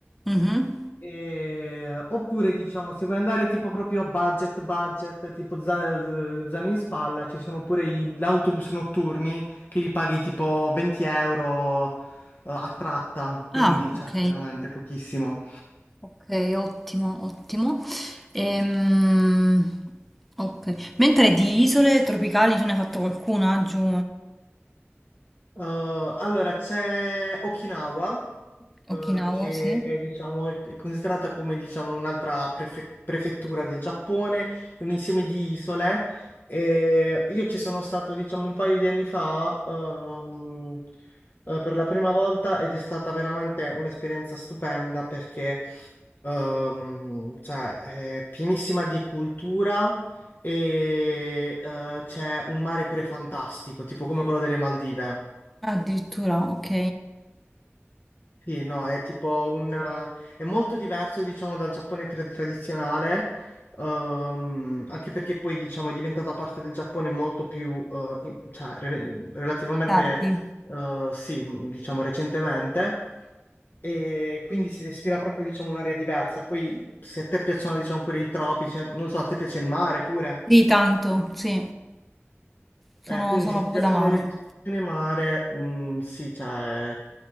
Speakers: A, in the centre; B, on the left (about 45°).
A: Mhm.
B: Eh, oppure diciamo, se vuoi andare tipo proprio budget, budget, tipo za- zaino in spalla, ci sono pure i- gli autobus notturni che li paghi tipo 20 euro eh, a tratta, quindi
A: Ah,
B: cioè
A: ok.
B: veramente pochissimo.
A: Ok, ottimo, ottimo. Ehm, ok. Mentre di isole tropicali tu ne hai fatto qualcuna giù?
B: Eh, allora, c'è Okinawa, eh,
A: Okinawa,
B: che
A: sì.
B: è, diciamo, è considerata come, diciamo, un'altra prefe- prefettura del Giappone, è un insieme di isole. E io ci sono stato, diciamo, un paio di anni fa, ehm, eh, per la prima volta ed è stata veramente un'esperienza stupenda perché, ehm, cioè, è pienissima di cultura e, eh, c'è un mare pure fantastico, tipo come quello delle Maldive.
A: Ah, Addirittura, ok.
B: Sì, no, è tipo un... eh, è molto diverso, diciamo, dal Giappone tra- tradizionale, ehm, anche perché poi, diciamo, è diventata parte del Giappone molto più, eh, in- cioè, re- relativamente,
A: Tardi.
B: eh, sì, mh, diciamo, recentemente, e quindi si respira proprio, diciamo, un'aria diversa. Poi, se a te piacciono, diciamo, pure i tropici, eh, non so, a te piace il mare pure?
A: Di tanto, sì. Sono,
B: Eh, quindi
A: sono
B: se ti
A: proprio
B: piacciono
A: da mare.
B: le destinazioni mare, mh, sì, cioè,